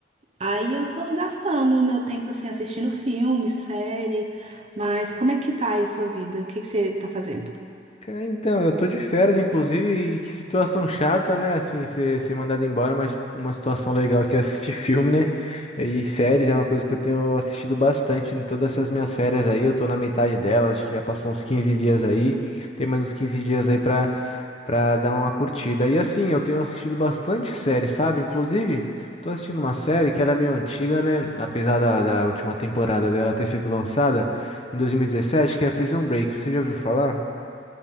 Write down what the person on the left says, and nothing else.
Cara, então, eu tô de férias, inclusive, e que situação chata, né? Assim, ser, ser mandado embora, mas uma situação legal que é assistir <laughs> filme, né? E séries é uma coisa que eu tenho assistido bastante em todas essas minhas férias aí. Eu tô na metade delas, acho que já passou uns 15 dias aí. Tem mais uns 15 dias aí pra pra dar uma curtida. E assim, eu tenho assistido bastante série, sabe? Inclusive, tô assistindo uma série que ela é meio antiga, né? Apesar da, da última temporada dela ter sido lançada em 2017, que é Prison Break. Você já ouviu falar? <laughs>